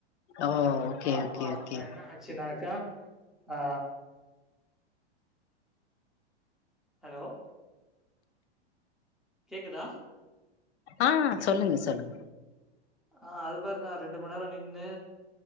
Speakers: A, on the left; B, in the centre.
A: ஓ ஓகே
B: சோ அப்போ
A: ஓகே ஓகே
B: அங்க என்ன ஆச்சுனாக்கா ஆ ஹலோ கேக்குதா
A: ஆ சொல்லுங்க சொல்லுங்க
B: ஆ அது மாதிரி நா ரெண்டு மணி நேரோ நின்னு